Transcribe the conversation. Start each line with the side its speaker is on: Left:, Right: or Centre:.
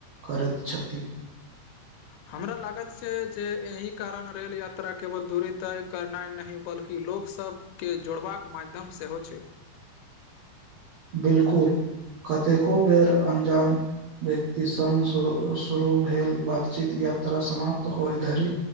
Right: करैत छथि
Left: हमरा लागत छै जे एहि कारण रेल यात्रा केवल दूरी ताय करनाइ नहि बल्कि ई लोक सबके जोड़बाक माध्यम सेहो छै
Right: बिल्कुल कतेको बेर अन्जान व्यक्ति सङ्ग श शुरू भेल बातचीत यात्रा समाप्त होइ धरि